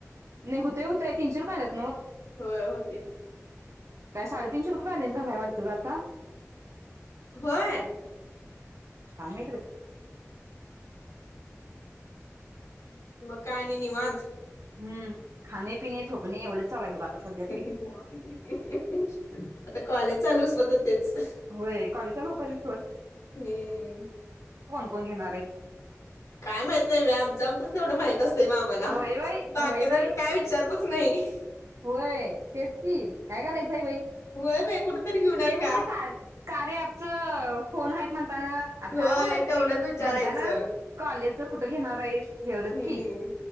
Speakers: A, on the right; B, on the left.
A: नाय हुतय हुतय तीनशे रुपयं आलेत.
B: होय होतीत.
A: काय? साडेतीनशे रुपये बॅलन्स झालाय वाटत गं आता?
B: होय.
A: काय माहिती बाई?
B: म काय आणि निवांत?
A: हम्म! खाणेपिणे झोपणे एवढेच चालूयं बघा आता. सध्या
B: <unintelligible>
A: तरी
B: आता कॉलेज चालू होस पातूर तेच.
A: होय कॉलेज चालू होईपर्यंत तोवर
B: हम.
A: कोण घेणारये?
B: काय माहित नाही बाई! आमचं आमचंच तेवढं माहित असतयं बाई आम्हाला.
A: होय बाई
B: बाकीज्याच
A: होय बाई
B: काय विचार नाही.
A: होय तेच की, काय करायचंय बाई?
B: होय बाई कुठं तरी घेऊन यात
A: ते
B: का
A: बघ ते काय कार्याअँपच फोन आहेत म्ह आता
B: होय
A: काय बोलायचं
B: तेवढंच
A: बाई?
B: विचारायचं
A: म्हणताना कॉलेजच कुठं घेणार आहेस? एवढंच
B: हम्म
A: की